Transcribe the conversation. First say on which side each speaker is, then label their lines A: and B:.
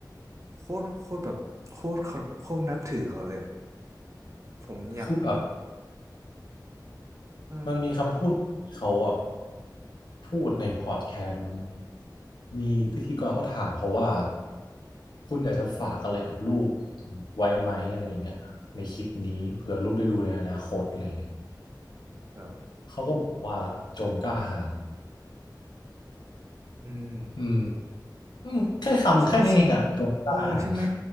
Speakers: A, on the right; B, on the left.
A: โคตรโคตรแบบโคตรเขาโคตรนับถือเขาเลยอะผมอยาก
B: คือแบบ
A: เออ
B: มันมีคำพูดที่เขาอ่ะพูดในพอดแคสต์มั้งมีพิธีกรก็ถามเขาว่าคุณอยากจะฝากอะไรกับลูกไว้ไหมอะไรอย่างเงี้ยในคลิปนี้เผื่อลูกได้ดูในอนาคตอะไรอย่างเงี้ย
A: แบบ
B: เขาก็บอกว่าจงกล้าหาญ
A: อืม
B: อืมอืมแค่คำแค่นี้เองอ่ะจงกล้าหาญ
A: สั้นสั้นเออใช่ไหม